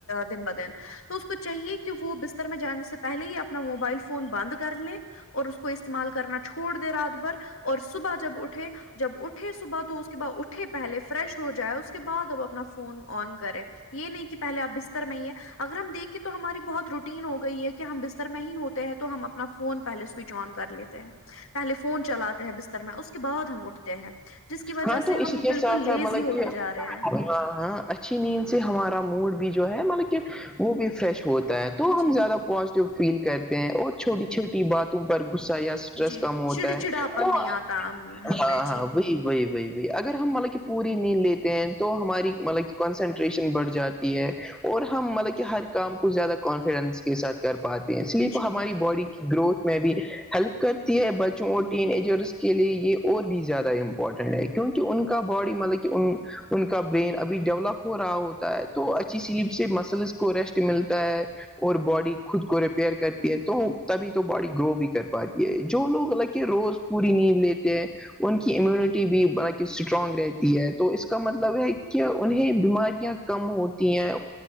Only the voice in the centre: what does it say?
ہاں تو
اسی
کے
ساتھ ساتھ
مطلب
کہ
ہمیں ہاں ہاں اچھی نیند سے ہمارا موڈ بھی جو ہے مطلب کہ وہ بھی فریش ہوتا ہے تو
ہم زیادہ پازیٹیو فیل کرتے ہیں اور چھوٹی چھوٹی بات تم پر غصہ یا اسٹریس
کم ہوتا
ہے
ہاں ہاں
وہی وہی ب بائی اگر ہم ملب کہ پوری نیند لیتے ہیں تو ہماری ملب کہ کنسنٹریشن بڑھ جاتی ہے اور ہم ملب کہ ہر کام کو زیادہ کانفیڈنس کے ساتھ کر پاتے ہیں اسلیپ
ہماری باڈی گروتھ میں بھی ہیلپ کرتی ہے بچوں اور ٹین ایجرس کے لیے یہ اور بھی زیادہ امپورٹنٹ کیونکہ ان کا باڈی ملب کہ ان ان کا برین ابھی ڈیولپ ہو رہا ہوتا ہے تو اچھی سیلیپ سے مسلس کو ریسٹ ملتا ہے اور باڈی خود کو ریپیئر کرتی ہے تو تبھی تو باڈی گرو بھی کر پاتی ہے جو لوگ ہلاکہ روز پوری نیند لیتے ہیں ان کی امیونٹی بھی بق اسٹرانگ رہتی ہے تو اس کا مطلب ہے کہ انہیں بیماریاں کم ہوتی ہیں